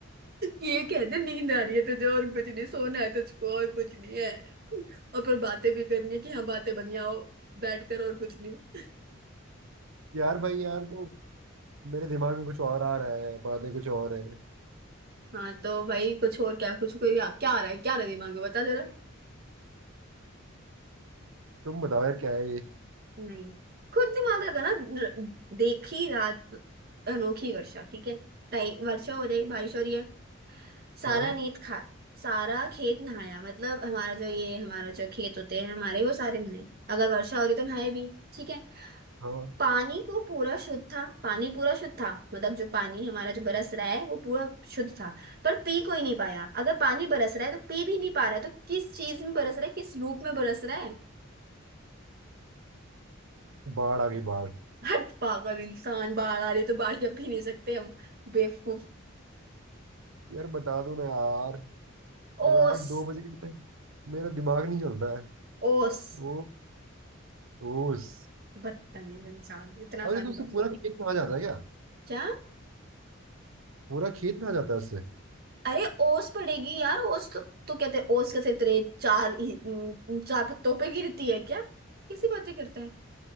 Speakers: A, on the right; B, on the right.
A: ये कहते नींद आ रही है तुझे और कुछ नहीं सोना है तुझको और कुछ नहीं है और पर बातें भी करनी है कि हाँ बातें बन जाओ बैठ कर और कुछ नहीं
B: यार भाई यार तो मेरे दिमाग में कुछ और आ रहा है बातें कुछ और है
A: हाँ तो भाई कुछ और क्या कुछ कोई क्या क्या आ रहा है क्या आ रहा है दिमाग में बता जरा
B: तुम बताओ यार क्या है ये
A: नहीं खुद दिमाग लगाना र- देखी रात अनोखी वर्षा ठीक है टाइम वर्षा हो रही बारिश हो रही है सारा
B: हाँ
A: नेत खा सारा खेत नहाया मतलब हमारा जो ये हमारा जो खेत होते हैं हमारे वो सारे नहाए अगर वर्षा हो रही तो नहाए भी ठीक है
B: हाँ
A: पानी को पूरा शुद्ध था पानी पूरा शुद्ध था मतलब जो पानी हमारा जो बरस रहा है वो पूरा शुद्ध था पर पी कोई नहीं पाया अगर पानी बरस रहा है तो पी भी नहीं पा रहा है तो किस चीज में बरस रहा है किस रूप में बरस रहा है
B: बाढ़ आ गई बाढ़
A: हट पागल इंसान बाढ़ आ रही तो बाढ़ के पी नहीं सकते हम बेवकूफ
B: यार बता दो ना यार
A: ओस
B: रात दो बजे के बाद मेरा दिमाग नहीं चलता है
A: ओस
B: ओ ओस
A: बदतमीज इंसान इतना
B: अरे
A: आसानी
B: तो उससे
A: पर
B: पूरा खेत में आ जाता है क्या
A: क्या
B: पूरा खेत में आ जाता है उससे
A: अरे ओस पड़ेगी यार ओस तो तो कहते हैं ओस के सिर्फ तेरे चार ही- उम, चार पत्तों पे गिरती है क्या किसी बातें करते हैं